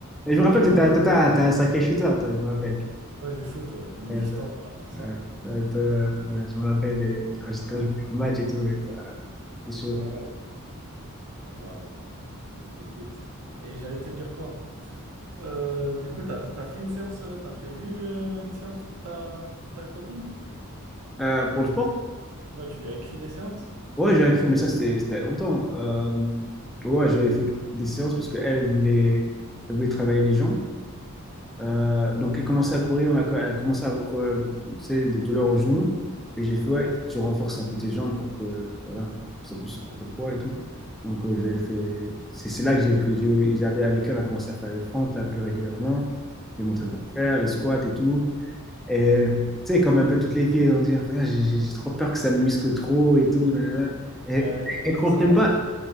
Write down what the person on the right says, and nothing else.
Tu match,
moi je shoot, ouais. Mes
distances, à part ça.
Ouais,
ouais. Ouais, bah, écoute. Et j'allais te dire quoi? Euh, du coup, t'as, t'as fait une séance, euh, t'as prévu euh, une séance pour ta, ta copine?
Ouais, tu lui as écrit des séances?
Ouais,
ouais.
Ouais, qu'après
ça fasse.